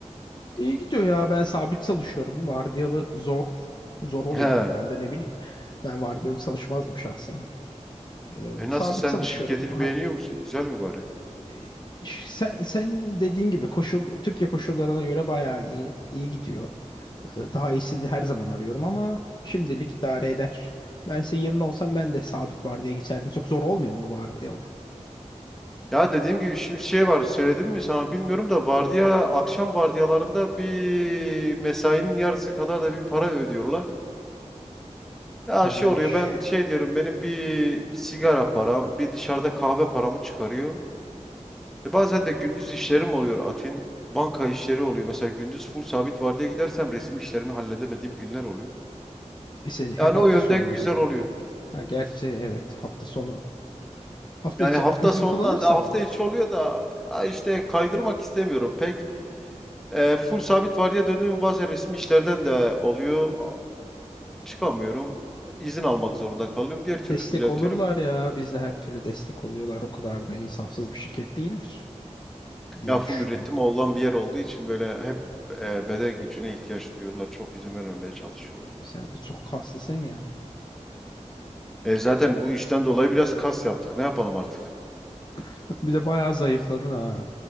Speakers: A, on the left; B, in the centre.
A: İyi gidiyor ya. Ben sabit çalışıyorum. Vardiyalı zor. Zor oluyordur
B: He.
A: herhalde ne bileyim. Ben vardiyalı çalışmazdım şahsen. Ee,
B: E
A: sabit
B: nasıl sen
A: çalışıyorum.
B: şirketini
A: Ha-
B: beğeniyor musun? Güzel mi bari?
A: Ee, sen, sen dediğin gibi koşul Türkiye koşullarına göre bayağı iyi. İyi gidiyor. Ee, Daha iyisini her zaman arıyorum ama şimdilik idare eder. Ben senin yerine olsam ben de sabit vardiyaya geçerdim. Çok zor olmuyor mu vardiyalı?
B: Ya dediğim gibi şimdi şey var söyledim mi sana bilmiyorum da vardiya akşam vardiyalarında bir mesainin yarısı kadar da bir para ödüyorlar. Ya
A: İyiymiş.
B: şey oluyor ben şey diyorum benim bir sigara param bir dışarıda kahve paramı çıkarıyor. E bazen de gündüz işlerim oluyor Atin. Banka işleri oluyor. Mesela gündüz full sabit vardiya gidersem resmi işlerimi halledemediğim günler oluyor.
A: E senin
B: Yani
A: hep hafta
B: o yönden
A: sonu mu
B: güzel
A: izin ku-
B: oluyor.
A: Ha, gerçi evet hafta sonu. Hafta
B: Yani
A: içi
B: hafta
A: o izin
B: sonundan
A: kullanırsan
B: da hafta
A: da olur.
B: içi oluyor da ya işte kaydırmak istemiyorum pek. E, full sabit vardiya döndüğüm bazen resmi işlerden de oluyor. A- Çıkamıyorum. İzin almak zorunda kalıyorum. Diğer türlü
A: Destek
B: düzeltiyorum.
A: olurlar ya. Bizde her türlü destek oluyorlar. O kadar da insafsız bir şirket değildir diye
B: Ya full
A: düşünüyorum.
B: üretim olan bir yer olduğu için böyle hep e, beden gücüne ihtiyaç duyuyorlar. Çok izin vermemeye çalışıyorlar.
A: Sen de çok kaslısın ya.
B: E zaten bu işten dolayı biraz kas yaptık. Ne yapalım artık?
A: <laughs> Bir de bayağı zayıfladın ha.